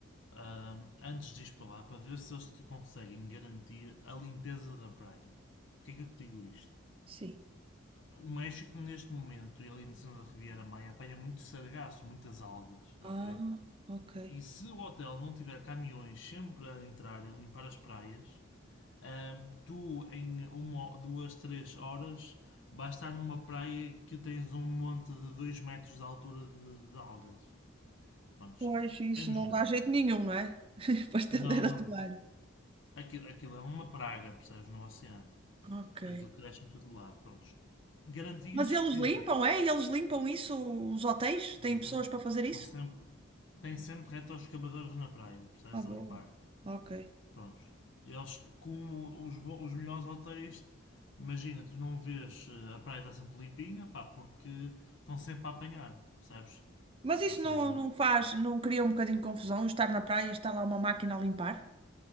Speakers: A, on the left; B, on the right.
A: ah, antes de ir para lá para ver se eles te conseguem garantir a limpeza da praia. Porquê é que eu te digo isto?
B: sim.
A: O México, neste momento, e ali na zona da Riviera Maia, apanha muito sargaço, muitas algas,
B: Ah,
A: ok?
B: ok.
A: E se o hotel não tiver caminhões sempre a entrar e limpar as praias, hum, tu, em uma, duas, três horas, vais estar numa praia que tens um monte de 2 metros de altura de, de algas. Vamos,
B: Pois, isso
A: é nojento.
B: não dá jeito nenhum, não é? <laughs> Para estender
A: Não, não.
B: a toalha.
A: Aquilo, aquilo é uma praga, percebes, no oceano.
B: Ok.
A: Aquilo cresce em todo lado. Prontos. Garantias
B: Mas eles
A: que
B: limpam, é? Eles limpam isso, os hotéis?
A: Bem,
B: Têm pessoas
A: bom,
B: para fazer isso?
A: estão sempre, têm sempre retroescavadores na praia, precisas
B: Ah,
A: de
B: bom.
A: limpar.
B: Ok.
A: Prontos. Eles, como os, bo- os melhores hotéis, imagina, tu não vês eh, a praia está sempre limpinha, pá, porque estão sempre a apanhar, percebes?
B: Mas isso
A: Ou seja,
B: não, não faz, não cria um bocadinho de confusão estar na praia, estar lá uma máquina a limpar?